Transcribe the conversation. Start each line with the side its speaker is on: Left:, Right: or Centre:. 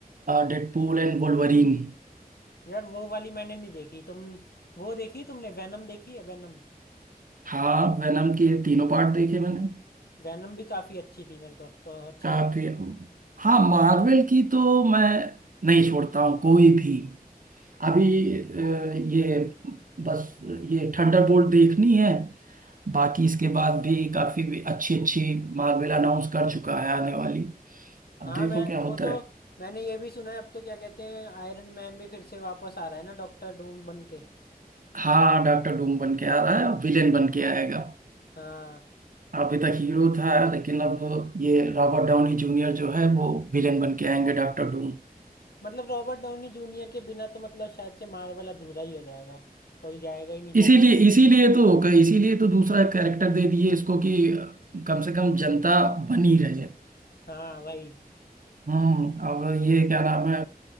Right: डेडपूल एंड वुल्वरीन
Left: यार वो वाली मैंने नहीं देखी तुम वो देखी तुमने वैनम देखी है वैनम
Right: हाँ वेनम के तीनों पार्ट देखे मैंने
Left: वैनम भी काफी अच्छी थी मेरे को तो अच्छी
Right: काफी
Left: लगी थी
Right: हाँ मार्वल की तो मैं नहीं छोड़ता हूँ कोई भी अभी अ, ये बस ये थंडरबोल्ट देखनी है बाकी इसके बाद भी काफी अच्छी अच्छी मार्वल अनाउंस कर चुका है आने वाली अब
Left: हाँ
Right: देखो
Left: मैं
Right: क्या होता
Left: वो तो
Right: है
Left: मैंने ये भी सुना है अब तो क्या कहते हैं आयरन मैन भी फिर से वापस आ रहा है ना डॉक्टर डूम बन के
Right: हाँ डॉक्टर डूम बन के आ रहा है विलेन बन के आएगा
Left: हाँ
Right: अभी तक हीरो था लेकिन अब ये रॉबर्ट डाउनी जूनियर जो है वो विलेन बन के आएंगे डॉक्टर डूम
Left: मतलब रॉबर्ट डाउनी जूनियर के बिना तो मतलब शायद से मार्वल अधूरा ही हो जाएगा कोई जाएगा ही नहीं शायद
Right: इसीलिए इसीलिए तो क- इसीलिए तो दूसरा कैरेक्टर दे दिए इसको कि कम से कम जनता बनी रहे
Left: हाँ भाई
Right: हम्म अब ये क्या नाम है